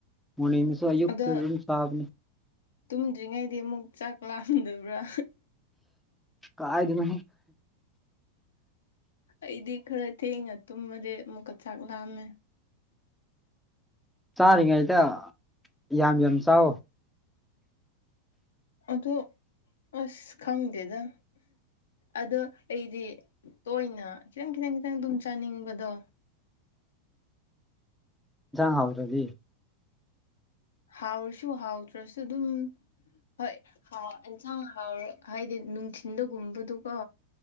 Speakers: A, in the centre; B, on the left (about 65°).
A: ꯃꯣꯔꯅꯤꯡꯗꯁꯨ ꯑꯌꯨꯛꯇ
B: ꯑꯗꯣ
A: ꯑꯗꯨꯝ ꯆꯥꯕꯅꯦ
B: ꯇꯨꯝꯗ꯭ꯔꯤꯉꯩꯗꯤ ꯑꯃꯨꯛ ꯆꯥꯛ ꯂꯥꯝꯗꯕ꯭ꯔꯥ
A: ꯀꯥꯏꯗ ꯅ
B: ꯑꯩꯗꯤ ꯈꯔ ꯊꯦꯡꯉ ꯇꯨꯝꯃꯗꯤ ꯑꯃꯨꯛꯀ ꯆꯥꯛ ꯂꯥꯝꯃꯦ
A: ꯆꯥꯔꯤꯉꯩꯗ ꯌꯥꯝ ꯌꯥꯝ ꯆꯥꯎ
B: ꯑ ꯑꯁ ꯈꯪꯗꯦꯗ ꯑꯗꯣ ꯑꯩꯗꯤ ꯇꯣꯏꯅ ꯈꯤꯇꯪ ꯈꯤꯇꯪ ꯈꯤꯇꯪ ꯑꯗꯨꯝ ꯆꯥꯅꯤꯡꯕꯗꯣ
A: ꯍꯥꯎ꯭ꯔꯗꯤ
B: ꯍꯥꯎꯔꯁꯨ ꯍꯥꯎꯗ꯭ꯔꯁꯨ ꯑꯗꯨꯝ ꯍꯣꯏ ꯑꯦꯟꯁꯥꯡ ꯍꯥꯎꯔ ꯍꯥꯏꯗꯤ ꯅꯨꯡꯊꯤꯤꯟꯗꯒꯨꯝꯕꯗꯨꯀꯣ